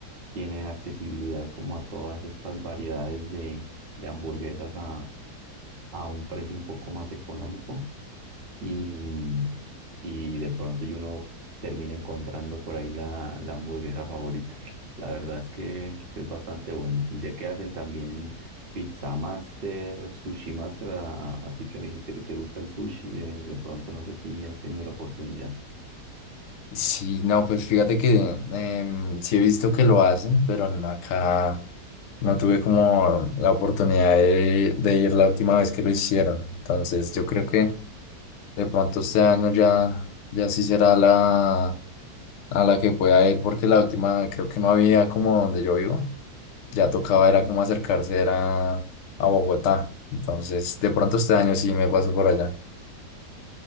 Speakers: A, on the right (about 50°); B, on the left (about 65°).
A: tiene accesibilidad como a todas estas variedades de, de hamburguesas a, a un precio un poco más económico y, y de pronto y uno termina encontrando por ahí la, la hamburguesa favorita. La verdad es que, que es bastante bueno. Y sé que hacen también Pizza Master, Sushi Master, a, a ti que me dijiste que te gusta el sushi, de, de pronto no sé si has tenido la oportunidad.
B: Sí, no, pues fíjate que em, sí he visto que lo hacen, pero no, acá no tuve como la oportunidad de, de ir la última vez que lo hicieron. Entonces yo creo que de pronto este año ya, ya sí será la a la que pueda ir, porque la última creo que no había como donde yo vivo. Ya tocaba, era como acercarse, era a Bogotá. Entonces de pronto este año sí me paso por allá.